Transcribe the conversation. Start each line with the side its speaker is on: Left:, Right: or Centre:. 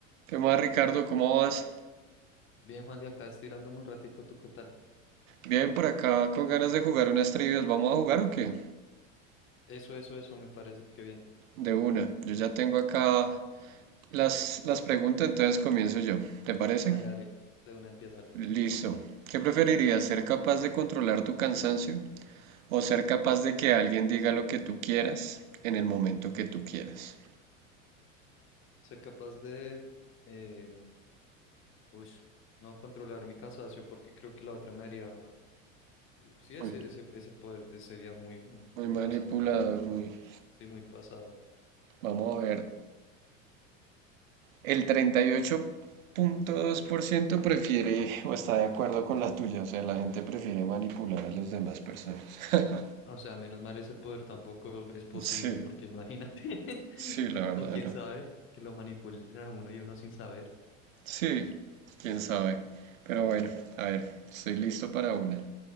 Right: ¿Qué más, Ricardo? ¿Cómo vas?
Left: Bien, Juan, de acá estirándome un ratico, ¿tú qué tal?
Right: Bien, por acá con ganas de jugar unas trivias. ¿Vamos a jugar o qué?
Left: Eso, eso, eso, me parece que bien.
Right: De una. Yo ya tengo acá las, las preguntas, entonces comienzo yo. ¿Te parece?
Left: Dale, dale, de una empieza, dale.
Right: Listo. ¿Qué preferirías? ¿Ser capaz de controlar tu cansancio o ser capaz de que alguien diga lo que tú quieras en el momento que tú quieras?
Left: Ser capaz de, eh, uy, no controlar mi cansancio porque creo que la otra me haría, sí, ese,
Right: Muy,
Left: ese, ese poder de sería muy, muy,
Right: muy
Left: muy
Right: manipulador,
Left: pasado.
Right: muy... <laughs>
Left: Sí, muy pasado.
Right: Vamos a ver. El treinta y ocho punto dos por ciento prefiere o está de acuerdo con la tuya, o sea, la gente prefiere manipular a las demás personas. <laughs>
Left: O sea, menos mal ese poder tampoco es posible
Right: Sí,
Left: porque imagínate, <laughs>
Right: sí, la verdad
Left: o quién
Right: no.
Left: sabe, que lo manipulen a uno y uno sin saber.
Right: Sí, quién sabe. Pero bueno, a ver, estoy listo para una.